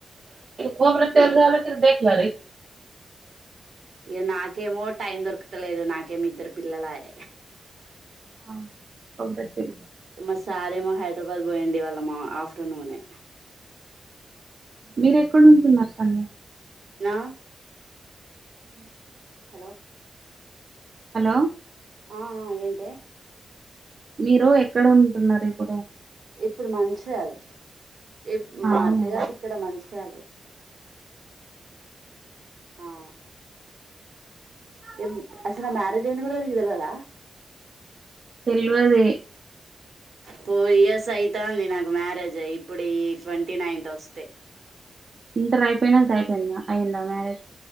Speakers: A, on the right; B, on the right.
A: కొ రత్యాల <unintelligible> దెక్ లారీ
B: ఇగ నాకేమో టైం దొరకతులేదు నాక్ ఇగ మీ ఇద్దరు పిల్లలాయ
A: ఆ కొబ్రాచిల్
B: మా సారేమో హైదరాబాద్ పోయండు ఇవాళ మా ఆఫ్టర్నూనే
A: మీరు ఎక్కడ ఉంటున్నారు సంధ్య
B: నా
A: హ
B: హలో
A: హలో
B: ఆ ఆ ఏంటే
A: మీరు ఎక్కడ ఉంటున్నారు ఇప్పుడు
B: ఇప్పుడు మంచల్ ఇప్ మా
A: అవునా
B: అతగర్ ఇక్కడ మంచల్ ఆ ఏం అస్సల ఆ మ్యారేజ్ అయినా కూడా నిక్ తెల్వదా
A: తెల్వదే
B: ఫోర్ ఇయర్స్ అయితంది నాకు మ్యారేజ్ అయి ఇప్పుడు ఈ ట్వంటీ నైన్త్ వస్తే
A: ఇంటర్ అయిపెనంక ఐ చెన్నా అయిందా మ్యారేజ్